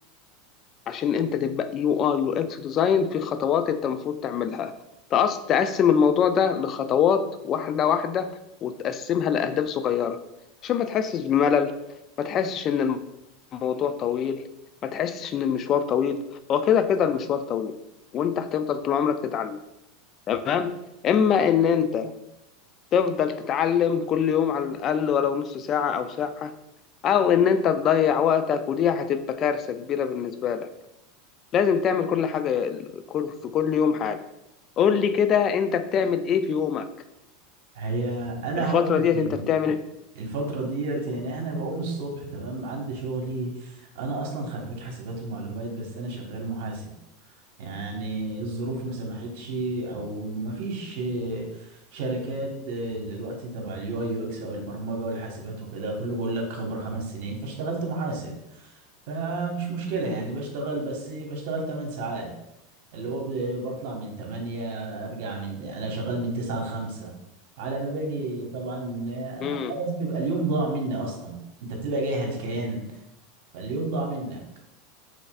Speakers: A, on the left; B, on the right.
A: عشان انت تبقى يو اي يو اكس ديزاين في خطوات انت المفروض تعملها تقص تقسم الموضوع ده لخطوات واحده واحده وتقسمها لاهداف صغيره عشان ما تحسش بملل ما تحسش ان الموضوع طويل ما تحسش ان المشوار طويل هو كده كده المشوار طويل وانت هتفضل طول عمرك تتعلم تمام اما ان انت تفضل تتعلم كل يوم على الاقل ولو نص ساعه او ساعه او ان انت تضيع وقتك ودي هتبقى كارثه كبيره بالنسبه لك لازم تعمل كل حاجة كل- في كل يوم حاجة قول لي كده انت بتعمل ايه في يومك
B: هي انا
A: الفترة
B: هقول لك
A: ديت
B: يعني
A: انت بتعمل
B: الفترة ديت يعني انا بقوم الصبح تمام عندي شغلي انا اصلا خريج حاسبات ومعلومات بس انا شغال محاسب يعني الظروف ما سمحتش او ما فيش آه، شركات آه، دلوقتي تبع اليو اي يو اكس او البرمجه والحاسبات وكده كله بيقول لك خبره خمس سنين فاشتغلت محاسب فمش مشكله يعني بشتغل بس بشتغل 8 ساعات اللي هو ب- بطلع من 8 ارجع من انا شغال من 9 ل 5 على ما باجي طبعا آه،
A: امم
B: خلاص بيبقى اليوم ضاع مني اصلا انت بتبقى جاي هلكان فاليوم ضاع منك